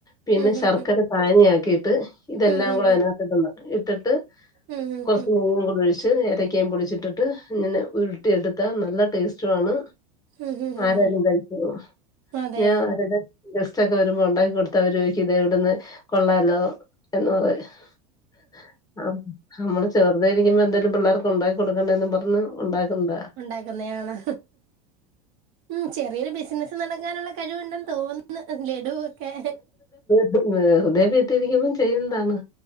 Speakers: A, on the left (about 20°); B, on the right (about 60°).
A: പിന്നെ
B: ഉം
A: ശർക്കര
B: ഉം
A: പാനി ആക്കിയിട്ട് ഇതെല്ലാം
B: ഉം ഉം
A: കൂടെ
B: ഉം
A: അയ്നകത്ത് ഇടണം ഇട്ട്ട്ട്
B: ഉം ഉം ഉം ഉം
A: കൊറച്ച് നെയ്യും കൂടെ ഒഴി ച്ച് ഏലക്കയും പൊടിച്ചിട്ട്ട്ട് ഇങ്ങനെ ഉരുട്ടി എടുത്താ നല്ല ടേസ്റ്റുവാണ്
B: ഉം ഉം ഉം
A: ആരായാലും
B: ഉം
A: കഴിച്ചു പോകും
B: അതെയോ
A: ഞാൻ മറ്റേ ഗെ ഗെസ്റ്റ് ഒക്കെ വരുമ്പോ ഒണ്ടാക്കി കൊടുത്ത അവര് ചോയ്ക്കും ഇത് എവ്ട്ന്ന് കൊള്ളാലോ എന്ന് പറയും അട് <unintelligible> അമ്മള് ചെറുതായിരിക്കുമ്പോ എന്തേലും പിള്ളാർക്ക് ഉണ്ടാക്കി കൊടുക്കണ്ടേന്നും പർഞ്ഞ് ഉണ്ടാക്കുന്നതാ
B: ഉണ്ടാക്കുന്നയാണ് ഉം ചെറിയൊരു ബിസിനസ് നടക്കാനുള്ള കഴിവുണ്ടെന്ന് തോന്നു ന്ന് ലഡു ഒക്കെ
A: ത് വെറുതെ വീട്ടില് ഇരിക്കുമ്പം ചെയ്യുന്നതാണ്